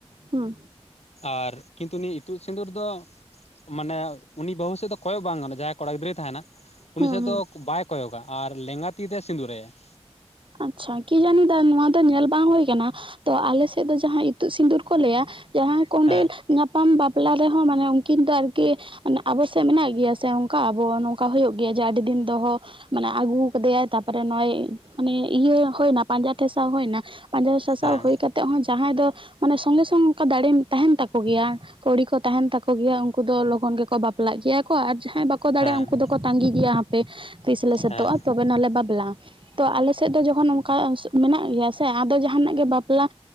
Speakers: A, on the right; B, on the left.
A: ᱦᱩᱸ
B: ᱟᱨ ᱠᱤᱱᱛᱩ ᱱᱤ ᱤᱛᱩᱫ ᱥᱤᱸᱫᱩᱨ ᱫᱚ ᱢᱟᱱᱮ ᱩᱱᱤ ᱵᱚᱝᱥᱚ ᱠᱚᱭᱚᱜ ᱵᱟᱝ ᱜᱟᱱᱚᱜᱼᱟ ᱡᱟᱦᱟᱸᱭ ᱠᱚᱲᱟ ᱜᱤᱫᱽᱨᱟᱹᱭ ᱛᱟᱦᱮᱱᱟ ᱩᱱᱤ
A: ᱦᱩᱸ
B: ᱥᱮᱫ
A: ᱦᱩᱸ
B: ᱫᱚ ᱵᱟᱭ ᱠᱚᱭᱚᱜᱟ ᱟᱨ ᱞᱮᱸᱜᱟ ᱛᱤᱛᱮ ᱥᱤᱸᱫᱩᱨᱟᱭᱟᱭ ᱾
A: ᱟᱪ ᱪᱷᱟ ᱠᱤ ᱡᱟᱹᱱᱤ ᱫᱟ ᱱᱚᱣᱟ ᱫᱚ ᱧᱮᱞ ᱵᱟᱝ ᱦᱩᱭ ᱠᱟᱱᱟ ᱛᱚ ᱟᱞᱮ ᱥᱮᱫ ᱫᱚ ᱡᱟᱦᱟᱸᱭ ᱤᱛᱩᱜ ᱥᱤᱸᱫᱩᱨ ᱠᱚ ᱞᱟᱹᱭᱟ ᱡᱟᱦᱟᱸᱭ ᱠᱚᱸᱰᱮᱞ
B: ᱦᱮᱸ
A: ᱧᱟᱯᱟᱢ ᱵᱟᱯᱞᱟ ᱨᱮᱦᱚᱸ ᱢᱟᱱᱮ ᱩᱱᱠᱤᱱ ᱫᱚ ᱟᱨᱠᱤ ᱢᱟᱱᱮ ᱟᱵᱚ ᱥᱮ ᱢᱮᱱᱟᱜ ᱜᱮᱭᱟ ᱥᱮ ᱚᱱᱠᱟ ᱟᱵᱚ ᱱᱚᱝᱠᱟ ᱦᱩᱭᱩᱜ ᱜᱮᱭᱟ ᱡᱮ ᱟᱹᱰᱤ ᱫᱤᱱ ᱫᱚᱦᱚ ᱢᱟᱱᱮ ᱟᱹᱜᱩ ᱟᱠᱟᱫ ᱫᱮᱭᱟᱭ ᱛᱟᱨᱯᱚᱨᱮ ᱱᱚᱜᱼᱚᱭ ᱢᱟᱱᱮ ᱤᱭᱟᱹ ᱦᱩᱭᱱᱟ ᱯᱟᱸᱡᱟ ᱴᱷᱟᱥᱟᱣ ᱦᱩᱭᱱᱟ ᱯᱟᱸᱡᱟ ᱴᱷᱟᱥᱟᱣ
B: ᱦᱮᱸ
A: ᱦᱩᱭ ᱠᱟᱛᱮ ᱦᱚᱸ ᱡᱟᱦᱟᱸᱭ ᱫᱚ ᱢᱟᱱᱮ ᱥᱚᱸᱜᱮ ᱥᱚᱝ ᱚᱱᱠᱟ ᱫᱟᱹᱲᱮᱱ ᱛᱟᱦᱮᱱ ᱛᱟᱠᱚ ᱜᱮᱭᱟ ᱠᱩᱲᱤ ᱠᱚ ᱛᱟᱦᱮᱱ ᱛᱟᱠᱚ ᱜᱮᱭᱟ ᱩᱱᱠᱩ ᱫᱚ ᱞᱚᱜᱚᱱ ᱜᱮᱠᱚ ᱵᱟᱯᱞᱟᱜ ᱜᱮᱭᱟ ᱾ ᱟᱨ ᱡᱟᱦᱟᱸᱭ ᱵᱟᱠᱚ ᱫᱟᱲᱮᱭᱟᱜ
B: ᱦᱮᱸ
A: ᱩᱱᱠᱩ ᱫᱚᱠᱚ ᱛᱟᱸᱹᱜᱤ ᱜᱮᱭᱟ ᱦᱟᱯᱮ ᱛᱤᱥ ᱞᱮ ᱥᱟᱛᱚᱜᱼᱟ
B: ᱦᱮᱸ
A: ᱛᱚᱵᱮ ᱱᱟᱜ ᱞᱮ ᱵᱟᱵᱞᱟᱜᱼᱟ ᱾ ᱛᱚ ᱟᱞᱮ ᱥᱮᱫ ᱫᱚ ᱡᱚᱠᱷᱚᱱ ᱚᱱᱠᱟ ᱢᱮᱱᱟᱜ ᱜᱮᱭᱟ ᱥᱮ ᱟᱫᱚ ᱡᱟᱦᱟᱱᱟᱜ ᱜᱮ ᱵᱟᱯᱞᱟ